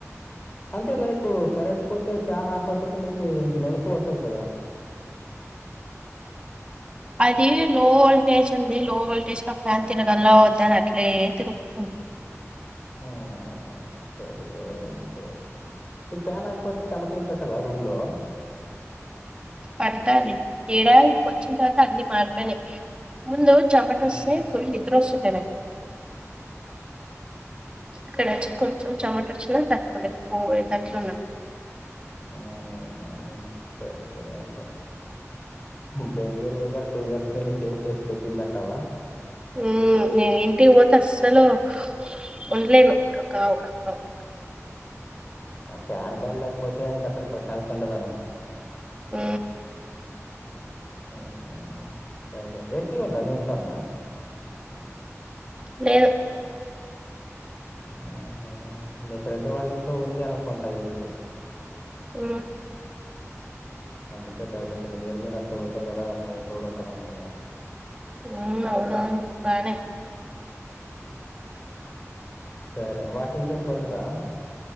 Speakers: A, on the left; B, on the right.
A: అంటే లైక్ కరెంట్ పోతే ఫ్యాన్ ఆఫ్ అయిపోతే మీకు మెలకువ వస్తది కదా
B: అది లో వోల్టేజ్ ఉంది లో వోల్టేజ్గా ఫ్యాన్ తిరగలా వద్ద అని అట్లే తిరుగుతుంది
A: ఆ సరిపోయింది ఇ ఫ్యాన్ పోతే చెమట ఏం పెట్టదా రూమ్ లో
B: పడతంది ఇడా ఇక వచ్చిన తర్వాత అన్ని మార్తనే ముందు చమాట
A: ఉమ్
B: వస్తే ఫుల్ నిద్ర వస్తది ఇక్కడ వచ్చ కొంచెం చమట వచ్చిన తట్టుకోలే ఎక్కుపోయే అట్ల ఉన్నాము
A: ఉమ్ సరిపోయింది బెంగళూరు వెదర్ టూ ఇయర్స్ మీద చేంజ్ చేసి దెబ్బిందంటావా
B: ఉమ్ నేను ఇంటి పోతే అస్సలు ఉండలేను కూడా కావుడా కావు
A: ఫ్యాన్ కాడా లేకపోతే ఇంకా అసలు ప్రశాంతత ఉండదను
B: ఆ
A: ఉమ్ సరే సరే ఏసి ఉందా మీ ఇంట్లోన
B: లేదు
A: ఆహ మీ ఫ్రెండ్ వాళ్ళ ఇంట్లో ఉంది అనుకుంటా ఏసి
B: అ
A: అందుకే డౌట్ వచ్చింది మీరు మీరు అంత ఒకట్టే కదా మీ ఇంట్లో కూడా ఉంటంది అనుకున్న
B: ఉమ్ అవును అవును బానే
A: సరే వాకింగ్ కి ఏం పోలేదా